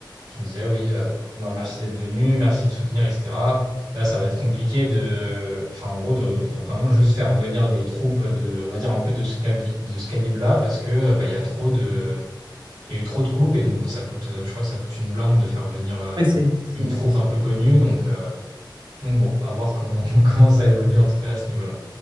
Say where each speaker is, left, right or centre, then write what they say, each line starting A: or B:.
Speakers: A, on the right; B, on the right.
A: qui me disait: Ah «Oui, heu, bon, bah, merci d'être venu merci de soutenir et cetera. Là, ça va être compliqué de» enfin, en gros, de faut vraiment juste faire venir des troupes, de on va dire un peu de ce cabli de ce calibre-là parce que, heu, bah, il y a trop de il y a eu trop de coupes et donc bon, ça coûte, heu, je crois que ça coûte une blinde de faire venir, heu,
B: Ouais, c'est, c'est
A: une troupe
B: vrai.
A: un peu connue donc, heu, donc bon, à voir comment <laughs> comment ça évolue en tout cas à ce niveau-là.